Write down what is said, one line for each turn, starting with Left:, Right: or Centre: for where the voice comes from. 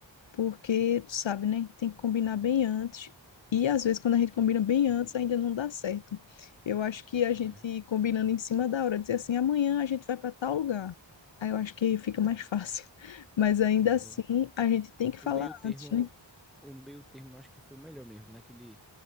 Left: porque, tu sabe, né? Tem que combinar bem antes. E às vezes, quando a gente combina bem
Centre: Uhum.
Left: antes, ainda não dá certo. Eu acho que a
Centre: né?
Left: gente combinando em cima da hora, dizer assim, amanhã a gente vai para tal lugar. Aí eu acho que fica mais fácil. <laughs> Mas ainda
Centre: É,
Left: assim,
Centre: o
Left: a gente tem que
Centre: o
Left: falar
Centre: meio termo,
Left: antes, né?
Centre: o meio termo eu acho que foi o melhor mesmo, naquele,